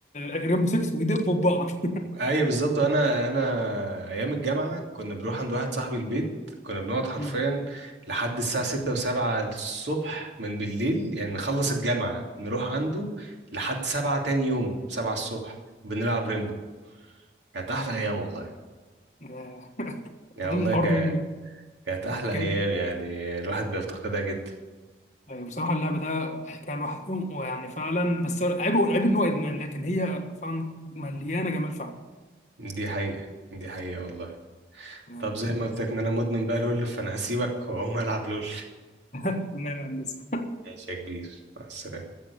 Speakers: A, on the left; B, on the right.
A: ريمبو 6 ويدبوا في بعض <laughs>
B: ايوه بالظبط انا انا ايام الجامعه كنا بنروح عند واحد صاحبي البيت كنا بنقعد حرفيا
A: مم.
B: لحد الساعه 6 و7 الصبح من بالليل يعني نخلص الجامعه نروح عنده لحد 7 تاني يوم 7 الصبح بنلعب ريمبو كانت احلى ايام والله
A: آه،
B: يعني
A: اظن
B: والله
A: الحوار
B: ك...
A: ده
B: كانت احلى
A: كان
B: ايام يعني الواحد بيفتقدها جدا
A: آه، بصراحه اللعب ده حكايه لوحده ويعني فعلا بس عيبه عيب ان هو ادمان لكن هي فعلا مليانه جمال
B: دي حقيقه دي حقيقه والله
A: فعلا
B: طب زي ما قلت لك ان انا مدمن بقى لول فانا هسيبك واقوم العب لول
A: تمام يا هندسة
B: ماشي يا كبير مع السلامه